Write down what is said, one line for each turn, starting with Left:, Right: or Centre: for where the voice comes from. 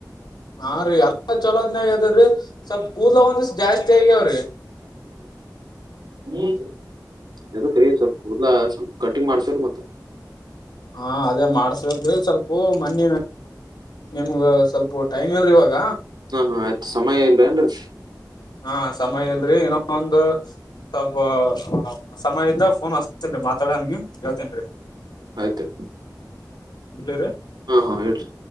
Left: ಹಾ ರೀ ಎಲ್ಲ ಚಲೋತ್ನಾಗ ಅದ್ರೀ ರೀ ಸ್ವಲ್ಪ ಕೂದಲ ಒಂದಿಷ ಜಾಸ್ತಿ ಆಗ್ಯಾವ್ರಿ
Right: ಹ್ಮ್ ಎದಕ್ರಿ ಸ್ವಲ್ಪ ಕುದಲಾ ಸ್ವಲ್ಪ ಕಟಿಂಗ್ ಮಾಡ್ಸಗೊರಿ ಮತ್ತ
Left: ಹಾ ಅದೇ ಮಾಡಸ್ಬೇಕ್ರಿ ಸ್ವಲ್ಪೂ ಮನ್ನಿ ನಿಮ್ಗ ಸ್ವಲ್ಪೊ ಟೈಮ್ ಇಲ್ರಿ ಇವಾಗ
Right: ಹಾ ಹಾ ಆಯ್ತ್ ಸಮಯ ಇಲ್ಲೆನ ರೀ
Left: ಹಾ ಸಮಯ ಇಲ್ರಿ ಇನ್ನಾ ಒಂದ ಸ್ವಲ್ಪ ಸಮಯ ಇದ್ದಾಖ ಫೋನ್ ಹಸ್ತನ್ರಿ ಮಾತಾಮ್ಮ ಹೇಳ್ತನ್ರಿ
Right: ಆಯ್ತ
Left: ಇಡ್ಲಿರಿ
Right: ಹಾ ಹಾ ಇಡ್ರಿ